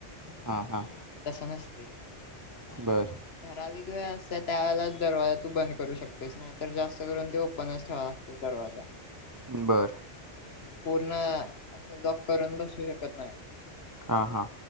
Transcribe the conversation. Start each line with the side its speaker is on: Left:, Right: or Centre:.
Right: हा हा
Left: तस नसते.
Right: बर
Left: ठराविक वेळ असत त्यावेेळेलाच दरवाजा तू बंद करू शकतेस. तर जास्त करून ते ओपनच ठेवा लागते दरवाजा.
Right: बरं
Left: म्हणजे पूर्ण असं लॉक करून बसू शकत नाही.
Right: हा हा